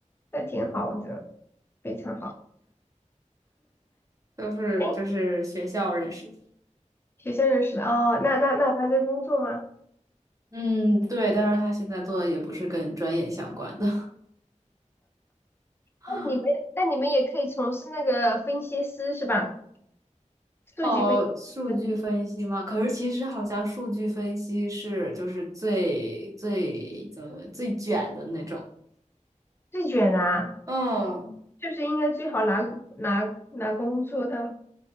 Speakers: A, on the left; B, on the right.
A: 那挺好的，非常好。
B: 都是就是学校认识的。
A: 哎，学校认识的哦，那那那他在工作吗？
B: 嗯，对，但是他现在做的也不是跟专业相关的。<laughs>
A: 那你们那你们也可以从事那个分析师是吧？数据分析师
B: 哦，数据分析吗？可是其实好像数据分析是就是最最呃最卷的那种。
A: 最卷啊，
B: 嗯，
A: 就是应该最好拿拿拿工作的。